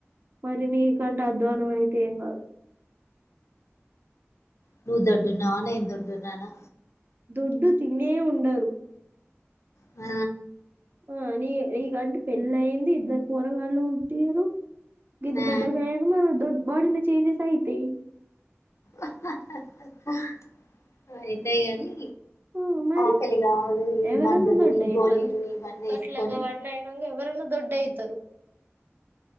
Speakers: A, on the right; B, on the left.
A: మరి నీకంటే అధ్వానం అయితే ఏం కాదు.
B: నువ్వు దొడ్డు న్నావా నేన్ దొడ్డునానా
A: దొడ్డు తినే ఉండరు.
B: ఆ
A: ఆ నీ నీకంటే పెళ్ళి అయింది. ఇద్దరు పోరగాళ్ళు పుట్టిరు. గింత
B: ఆ
A: పెద్దగా అయినవ్ మరి దొడ్డు, బాడీలో చేంజెస్ అయితేయ్
B: అహ్ అహ్ ఆ అయితేయ్ గాని
A: ఆ మరి
B: ఆకలి కాదు. ఈ
A: ఎవరన్నా
B: మందులు
A: దొడ్డయితరు.
B: ఈ గోలీలు ఇవన్నీ
A: గట్ల
B: వేసుకొని
A: గవన్నీ అయినంక ఎవరన్నా దొడ్డయితరు.